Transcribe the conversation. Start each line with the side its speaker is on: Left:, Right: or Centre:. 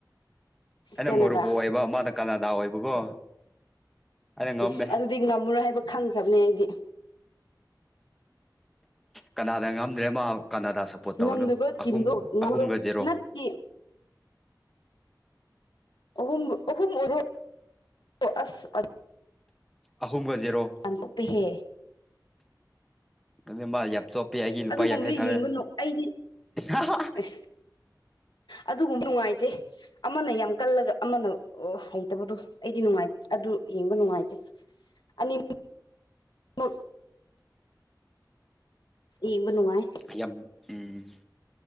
Centre: ꯑꯩꯅ
Left: ꯀꯦꯅꯥꯗꯥ
Centre: ꯃꯣꯔꯣꯀꯣ ꯑꯣꯏꯕ ꯃꯥꯅ ꯀꯅꯥꯗꯥ ꯑꯣꯏꯕꯀꯣ ꯑꯩꯅ ꯉꯝꯃꯦ
Left: ꯎ ꯑꯗꯨꯗꯤ ꯉꯝꯃꯨꯔꯣꯏ ꯍꯥꯏꯕ ꯈꯪꯈ꯭ꯔꯕꯅꯦ ꯑꯩꯗꯤ
Centre: ꯀꯅꯥ ꯉꯝꯗ꯭ꯔꯦ ꯃꯥ ꯀꯅꯥꯗꯥ ꯁꯞꯄꯣꯔꯠ ꯇꯧ
Left: ꯉꯝꯗꯕ
Centre: ꯑꯍꯨꯝ
Left: ꯇꯤꯝꯗꯣ ꯉꯝꯃꯔꯣꯏ
Centre: ꯑꯍꯨꯝꯒ ꯖꯦꯔꯣ
Left: ꯅꯠꯇꯦ ꯑꯍꯨꯝ ꯑꯍꯨꯝ ꯑꯣꯏꯔꯣ ꯑꯁ
Centre: ꯑꯍꯨꯝꯒ ꯖꯦꯔꯣ
Left: ꯑꯝꯊꯄꯤꯦ ꯍꯦ
Centre: ꯑꯗꯨ ꯃꯥ ꯌꯥꯝ ꯆꯣꯞꯄꯦ ꯑꯩꯒꯤ ꯂꯨꯄꯥ
Left: ꯑꯗꯨꯒꯨꯝꯕꯗꯤ
Centre: ꯌꯥꯡꯈꯩ ꯊꯥꯔꯛꯑꯦ
Left: ꯌꯦꯡꯕ ꯑꯩꯗꯤ
Centre: ꯑ
Left: ꯑꯁ ꯑꯗꯨꯒꯨꯝꯕ ꯅꯨꯡꯉꯥꯏꯇꯦ ꯑꯃꯅ ꯌꯥꯝ ꯀꯜꯂꯒ ꯑꯃꯅ ꯍꯩꯇꯕꯗꯣ ꯑꯩꯗꯤ ꯅꯨꯡꯉꯥꯏ ꯑꯗꯨ ꯌꯦꯡꯕ ꯅꯨꯡꯉꯥꯏꯇꯦ ꯑꯅꯤ ꯃꯛ ꯌꯦꯡꯕ ꯅꯨꯡꯉꯥꯏ
Centre: ꯌꯥꯝ ꯎꯝ